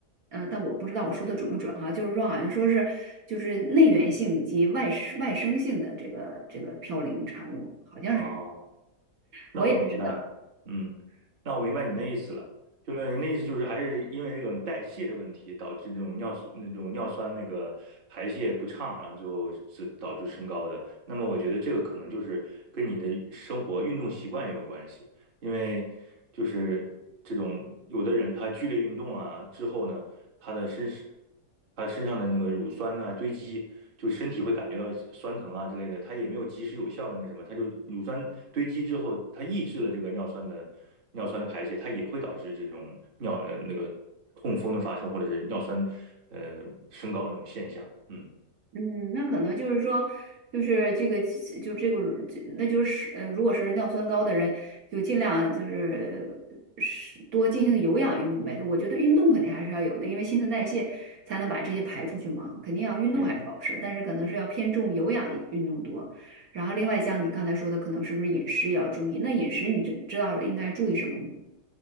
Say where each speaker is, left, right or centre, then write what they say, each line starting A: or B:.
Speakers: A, on the right; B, on the right.
A: 呃，但我不知道我说的准不准哈，就是说好像说是就是内源性以及外外生性的这个这个嘌呤产物，好像是，
B: 哦，那我明白了，
A: 我也不知道。
B: 嗯，那我明白您的意思了，就是您的意思就是还是因为这种代谢的问题，导致这种尿素那种尿酸那个排泄不畅，然后最后是导致升高的。那么我觉得这个可能就是跟你的生活运动习惯也有关系。因为就是这种有的人他剧烈运动啊之后呢，他的身是他身上的那个乳酸啊堆积，就身体会感觉到酸疼啊之类的，他也没有及时有效的那什么，他就乳酸堆积之后，它抑制了这个尿酸的尿酸的排泄，它也会导致这种尿呃那个痛风的发生或者是尿酸呃升高的这种现象，嗯
A: 嗯，那可能就是说，就是这个，就这个，这那就是呃，如果是尿酸高的人，就尽量就是是多进行有氧运动呗。我觉得运动肯定还是要有的，因为新陈代谢才能把这些排出去嘛，肯定要运动还是保持，
B: 对，
A: 但是可能是要偏重有氧运动多。然后另外像你刚才说的，可能是不是饮食也要注意？那饮食你知知道应该注意什么吗？